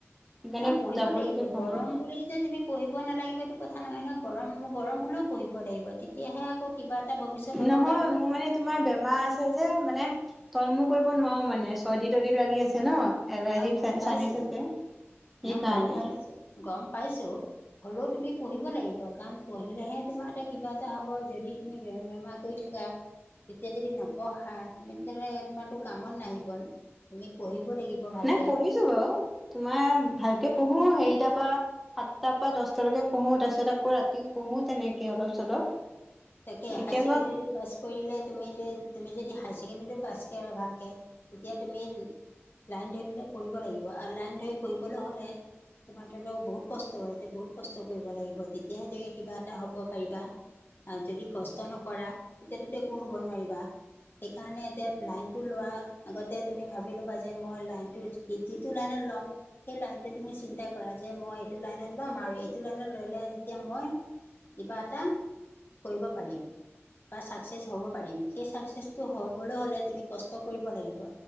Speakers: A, in the centre; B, on the left.
A: সেইকাৰণে
B: অ পঢ়িব
A: যাবলৈকে
B: লাগিব
A: পোৱা
B: গৰম
A: নাই
B: বুলি যে তুমি পঢ়িব নালাগিব এইটো কথা নহয় নহয় গৰম গৰম হ'লেও পঢ়িব লাগিব তেতি তেতিয়াহে আকৌ কিবা এটা ভৱিষ্যত হ'ব
A: নহয়
B: পাৰিবা
A: মোৰ মানে তোমাৰ বেমাৰ আছে যে মানে তলমু কৰিব নোৱাৰো মানে চৰ্দি তৰ্দি লাগি আছে ন ৰাজীৱ
B: অ' গম পাইছোঁ।
A: চানচ আছে এইেই
B: ন
A: কাৰণে
B: গম পাইছো গম পাইছো হ'লেও তুমি পঢ়িব লাগিব কাৰণ পঢ়িলেহে তোমাৰ এটা কিবা এটা হ'ব যদি তুমি বেমাৰ বেমাৰ কৰি থকা তেতিয়া যদি নপঢ়া তুমি তেলে তোমাৰো কামত নাহিবন তুমি পঢ়িব লাগিব। ভালকে
A: নাই পঢ়িছো বাৰু তোমাৰ ভালকে পঢ়ো হেৰি তাৰ পৰা সাতটাৰ পৰা দহটালৈকে পঢ়ো তাৰপিছত আকৌ ৰাতিও পঢ়ো তেনেকে অলপ চলপ
B: তাকে হাইাৰ
A: এতিয়া
B: ছেকেডেৰী
A: বাৰু
B: পাছ কৰিলে তুমি এতি তুমি যদি হায় ছেকেণ্ডেৰীটো পাছ কৰা ভালকৈ তেতিয়া তুমি লাইন ধৰি পেলাই পঢ়িব লাগিব আৰু লাইন ধৰি পঢ়িবলৈ হ'লে তোমাৰ তহঁতক বহুত কষ্ট হয় এতিয়া বহুত কষ্ট কৰিব লাগিব তেতিয়াহে তুমি কিবা এটা হ'ব পাৰিবা যদি কষ্ট নকৰা তেতিয়াতো একো হ'ব নোৱাৰিবা সেইকাৰণে এতিয়া লাইনতটো লোৱাৰ আগতে তুমি ভাবি ল'বা যে মই লাইনতটো সি যিটো লাইনত ল'ম সেই লাইনটো তুমি চিন্তা কৰা যে মই এইটো লাইনত ল'ম আৰু এইটো লাইনত লৈলে যেতিয়া মই ইবা এটা কৰিব পাৰিম। বা চাকচছ হ'ব পাৰিম সেই চটো হবলৈ হলে তুমি কষ্ট কৰিব লাগিব।